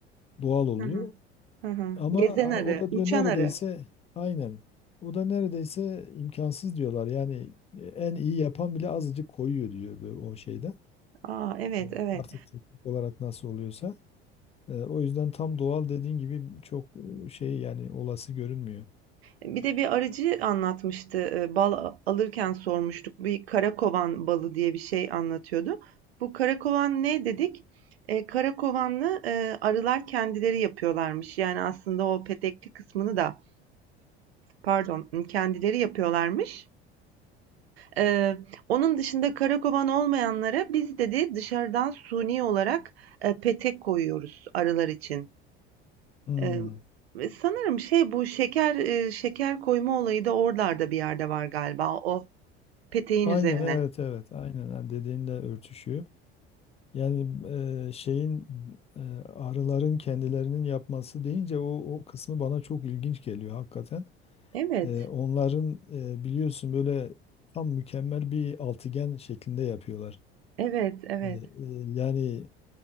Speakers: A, on the left; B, on the right.
A: doğal oluyor.
B: Hı hı. Hı hı.
A: Ama
B: Gezen
A: hani
B: arı,
A: o da
B: uçan
A: diyor neredeyse
B: arı.
A: aynen. O da neredeyse imkansız diyorlar. Yani e, en iyi yapan bile azıcık koyuyor diyor böyle o şeyden.
B: Aa, evet
A: Evet.
B: evet.
A: Artık teknik olarak nasıl oluyorsa. E, o yüzden tam doğal dediğin gibi çok e, şey yani olası görünmüyor.
B: Bir de bir arıcı anlatmıştı. e, Bal a- alırken sormuştuk. Bir karakovan balı diye bir şey anlatıyordu. Bu karakovan ne dedik? E, karakovanlı e, arılar kendileri yapıyorlarmış. Yani aslında o petekli kısmını da pardon kendileri yapıyorlarmış. E, onun dışında karakovan olmayanlara biz dedi dışarıdan suni olarak e, petek koyuyoruz arılar için.
A: Hmm.
B: Eee, ve sanırım şey bu şeker, eee, şeker koyma olayı da oralarda bir yerde var galiba. O peteğin
A: Aynen
B: üzerine.
A: evet evet aynen ha, dediğinle örtüşüyor. Yani e, şeyin e, arıların kendilerinin yapması deyince o, o kısmı bana çok ilginç geliyor hakikaten.
B: Evet,
A: E, onların e, biliyorsun böyle tam mükemmel bir altıgen şeklinde yapıyorlar.
B: evet, evet.
A: E, e, yani